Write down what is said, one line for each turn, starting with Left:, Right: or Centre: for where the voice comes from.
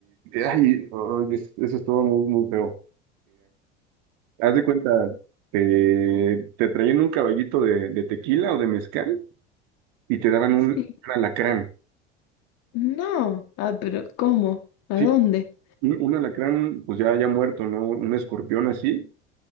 Right: ay, ay, es- eso estuvo muy, muy feo, Haz de cuenta, te, te traían un caballito de, de tequila o de mezcal y te daban un,
Left: Sí.
Right: un alacrán.
Left: No, ah, pero ¿cómo? ¿A
Right: Sí,
Left: dónde?
Right: un, un alacrán, pues ya, ya muerto, ¿no? Un escorpión así.